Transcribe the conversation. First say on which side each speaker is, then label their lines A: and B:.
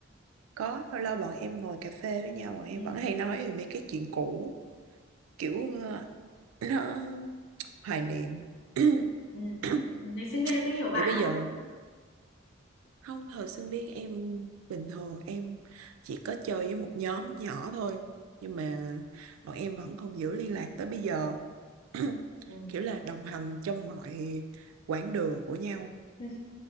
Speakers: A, on the right (about 80°); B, on the left (about 65°).
A: có lâu lâu bọn em ngồi cà phê với nhau bọn em
B: ừ.
A: vẫn hay nói về mấy cái chuyện cũ kiểu ờ, <clears throat> hoài niệm <clears throat>
B: ừ.
A: <coughs>
B: Ngày sinh viên có nhiều bạn
A: Thì bây
B: không?
A: giờ không thời sinh viên em bình thường em chỉ có chơi với một nhóm nhỏ thôi nhưng mà bọn em vẫn còn giữ liên lạc tới bây giờ <clears throat> <coughs>
B: Ừ.
A: kiểu là đồng hành trong mọi quãng đường của nhau
B: <laughs>